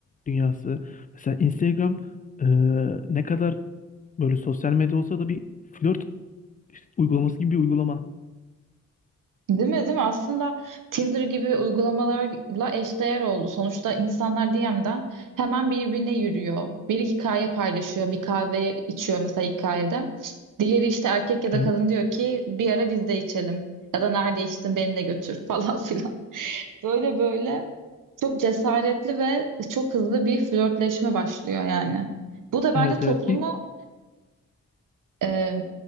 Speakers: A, on the left; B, on the right.
A: dünyası. Mesela Instagram e, ne kadar böyle sosyal medya olsa da bir flört uygulaması gibi bir uygulama.
B: Değil mi, değil mi? Aslında Tinder gibi uygulamalarla eşdeğer oldu. Sonuçta insanlar DM'den hemen birbirine yürüyor. Biri hikaye paylaşıyor, bir kahve içiyor mesela hikayede. Diğeri işte erkek ya da
A: Evet.
B: kadın diyor ki bir ara biz de içelim. Ya da nerede içtin beni de götür <laughs> falan filan. Böyle böyle çok cesaretli ve çok hızlı bir flörtleşme başlıyor yani. Bu da bence
A: Evet
B: toplumu
A: evet. İlk
B: e,